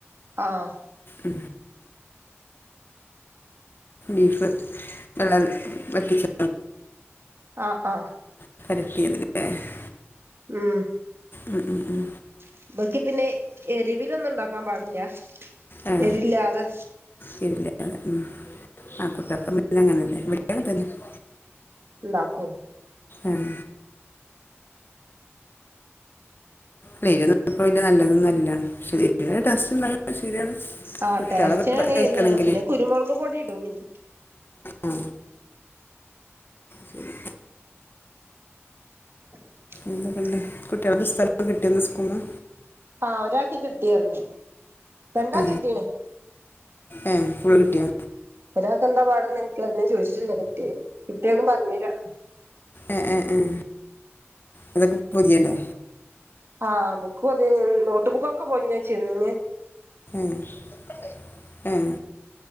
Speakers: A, on the right; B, on the left.
A: ആഹ്
B: ഉം ബീഫ് വെള്ളം വറ്റിച്ച്
A: ആഹ് ആഹ്
B: <unintelligible>
A: ഉം
B: ഉം ഉം ഉം
A: <unintelligible> പിന്നെ എരിവിലൊന്നും ഉണ്ടാക്കാൻ പാടില്ല
B: ആഹ്
A: എരില്ലാതെ
B: <unintelligible> ഉം ആഹ് കുട്ടപ്പംവീട്ടിൽഅങ്ങനെല്ലെ <unintelligible>
A: ഉണ്ടാക്കോ
B: ആഹ് വേറൊന്നു ഇല്ല നല്ലതൊന്നു ഇല്ല പക്ഷെ <unintelligible> ശരിയാണ്
A: ആ
B: കുട്ട്യാള്
A: ടേസ്റ്റിനാണെങ്കി
B: കഴിക്കണെങ്കിലേ
A: എരിവ് വേണം പിന്നെ കുരുമുളക് പൊടി ഇടും പിന്നെ
B: ആ ശരി
A: <inaudible>
B: എന്തൊക്കെണ്ട് കുട്ട്യാളെ പുസ്തകൊക്കെ കിട്ടിയൊന്ന് സ്കൂളീന്ന്
A: ആഹ് ഒരാക്ക് കിട്ടിയാരുന്നു രണ്ടാക്ക്
B: ആ
A: കെട്ടീണ്
B: ഏ ഫുൾ കിട്ടിയോ
A: ഒരാൾക്കെന്താ പാടെന്ന് <unintelligible> ഞാൻ ചോദിച്ചിട്ടില്ല കിട്ടിയെ കുട്ടിയൊന്നും പറഞ്ഞില്ല
B: ഏഹ് ഏഹ് ഏഹ് അതൊക്കെ പൊതിയണ്ടേ
A: ആഹ് ബുക്ക് പൊതിയണം നോട്ട് ബുക്കൊക്കെ പൊതിഞ്ഞെച്ചിണ്
B: ഏഹ് ഏഹ്